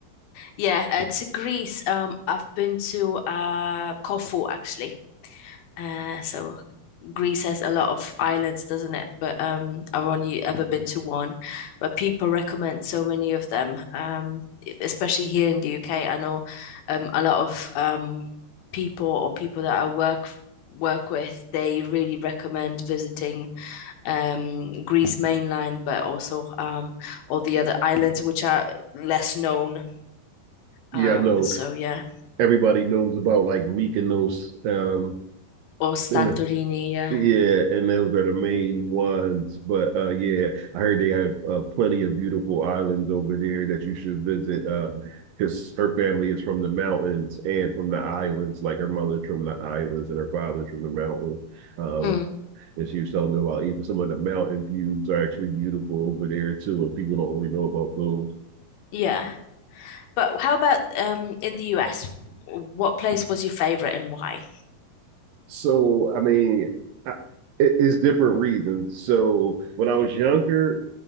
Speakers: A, on the left; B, on the right.
A: Yeah, uh, to Greece. Um, I've been to uh Corfu actually. Uh, so Greece has a lot of islands, doesn't it? But um, I've only ever been to one. But people recommend so many of them. Um, e, especially here in the UK, I know um a lot of um people or people that I work work with, they really recommend visiting um Greece mainland, but also um all the other islands which are less known.
B: Yeah,
A: Um,
B: I know.
A: so yeah.
B: everybody knows about, like Mykonos. Um,
A: or Santorini,
B: and
A: yeah.
B: yeah, and those are the main ones. But uh, yeah, I heard they have uh, plenty of beautiful islands over there that you should visit. Uh, because her family is from the mountains and from the islands. Like her mother's from the islands and her father's from the mountains. Um,
A: Mm,
B: and she was telling me about even some of the mountain views are actually beautiful over there too. And people don't really know about those.
A: yeah. But how about um in the US? What place was your favorite and why?
B: So, I mean, I, it, it's different reasons. So, when I was younger,